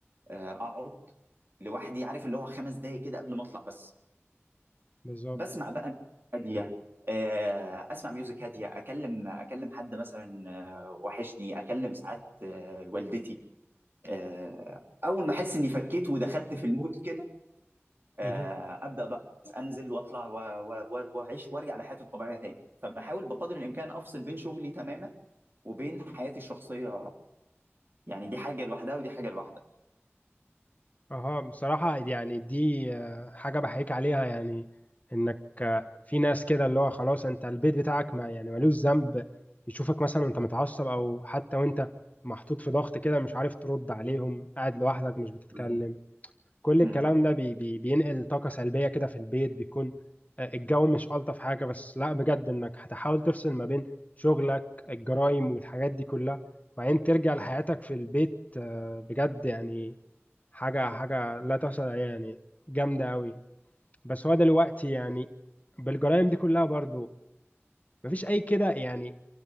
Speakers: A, on the right (about 50°); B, on the left (about 35°).
A: آه، اقعد لوحدي عارف اللي هو خمس دقايق كده قبل ما اطلع بس
B: بالظبط
A: بسمع بقى ميوزك هاديه آه، اسمع ميوزك هاديه اكلم اكلم حد مثلا آه، وحشني اكلم ساعات آه، والدتي آه، اول ما احس اني فكيت ودخلت في المود كده آه،
B: مهم.
A: ابدا بقى انزل واطلع و- و- و- واعيش وارجع لحياتي الطبيعيه تاني فبحاول بقدر الامكان افصل بين شغلي تماما وبين حياتي الشخصيه يعني دي حاجه لوحدها ودي حاجه لوحدها
B: اها بصراحة يعني دي آه، حاجة بحييك عليها يعني انك آه، في ناس كده اللي هو خلاص انت البيت بتاعك ما يعني ملوش ذنب يشوفك مثلا وانت متعصب او حتى وانت محطوط في ضغط كده مش عارف ترد عليهم قاعد لوحدك مش بتتكلم
A: بالظبط.
B: كل
A: مم.
B: الكلام ده بي بي بينقل طاقة سلبية كده في البيت بيكون آه، الجو مش ألطف حاجة بس لا بجد إنك هتحاول تفصل ما بين شغلك الجرايم والحاجات دي كلها وبعدين ترجع لحياتك في البيت آه، بجد يعني حاجة حاجة لا تحصل عليها يعني جامدة أوي بس هو دلوقتي يعني بالجرائم دي كلها برضو مفيش أي كده يعني